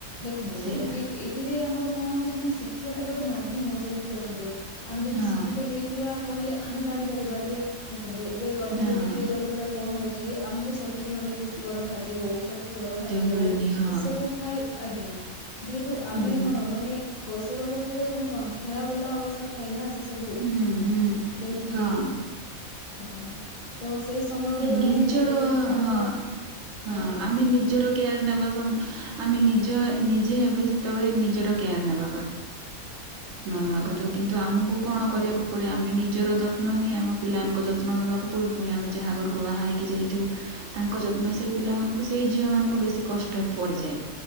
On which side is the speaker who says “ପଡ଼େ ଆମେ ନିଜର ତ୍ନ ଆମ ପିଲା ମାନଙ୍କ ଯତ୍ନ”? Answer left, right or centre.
Right